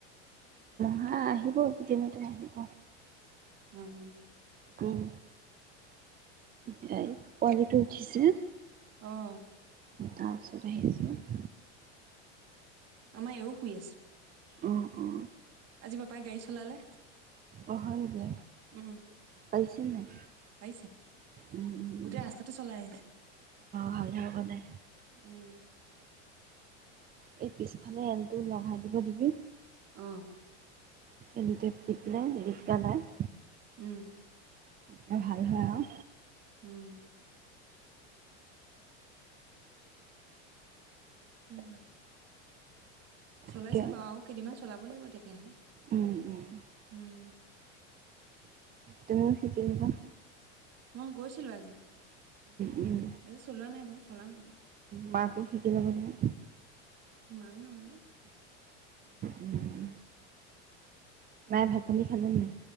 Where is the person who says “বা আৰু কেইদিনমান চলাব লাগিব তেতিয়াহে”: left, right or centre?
Right